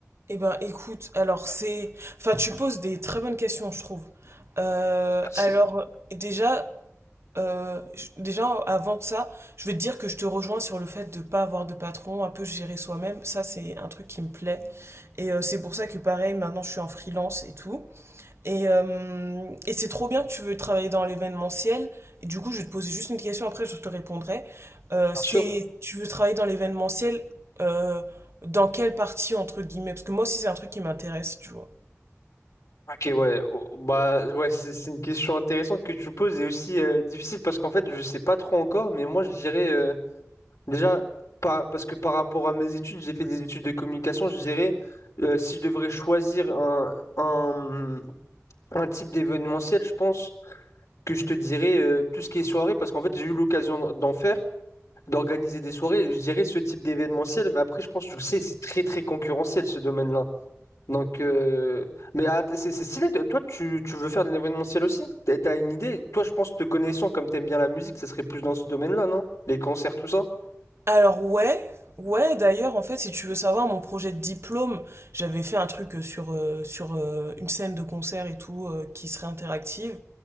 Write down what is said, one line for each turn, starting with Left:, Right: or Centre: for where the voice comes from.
Right: Eh ben écoute, alors c'est... Enfin, tu poses des très bonnes questions, je trouve. Euh,
Left: Merci.
Right: alors déjà, euh, je- déjà, avant de ça, je vais te dire que je te rejoins sur le fait de ne pas avoir de patron, un peu gérer soi-même. Ça, c'est un truc qui me plaît. Et euh, c'est pour ça que, pareil, maintenant, je suis en freelance et tout. Et, euh, et c'est trop bien que tu veux travailler dans l'événementiel. Et du coup, je vais te poser juste une question, après, je te répondrai. Euh,
Left: Bien
Right: c'est,
Left: sûr.
Right: tu veux travailler dans l'événementiel, euh, dans quelle partie, entre guillemets? Parce que moi aussi, c'est un truc qui m'intéresse, tu vois.
Left: Ok, ouais. Oh, bah, ouais, c'est c'est une question intéressante que tu poses et aussi euh, difficile parce qu'en fait, je sais pas trop encore, mais moi, je dirais euh, déjà, pas, parce que par rapport à mes études, j'ai fait des études de communication, je dirais, euh, si je devrais choisir un, un, un type d'événementiel, je pense que je te dirais euh, tout ce qui est soirée parce qu'en fait, j'ai eu l'occasion d'en d'en faire, d'organiser des soirées, je dirais ce type d'événementiel, mais après, je pense, tu le sais, c'est très, très concurrentiel ce domaine-là. Donc, euh, mais ah, c'est c'est stylé. Toi, toi, tu, tu veux faire de l'événementiel aussi? T'as t'as une idée? Toi, je pense te connaissant, comme t'aimes bien la musique, ça serait plus dans ce domaine-là, non? Les concerts, tout ça?
Right: Alors ouais, ouais d'ailleurs en fait si tu veux savoir mon projet de diplôme, j'avais fait un truc euh, sur, euh, sur euh, une scène de concert et tout euh, qui serait interactive.